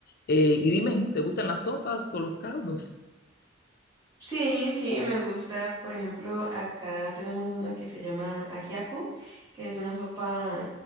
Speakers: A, on the left (about 50°); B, on the right (about 20°).
A: Eh, y dime, ¿te gustan las sopas o los caldos?
B: Sí, sí, me gusta. Por ejemplo, acá tenemos una que se llama ajiaco, que es una sopa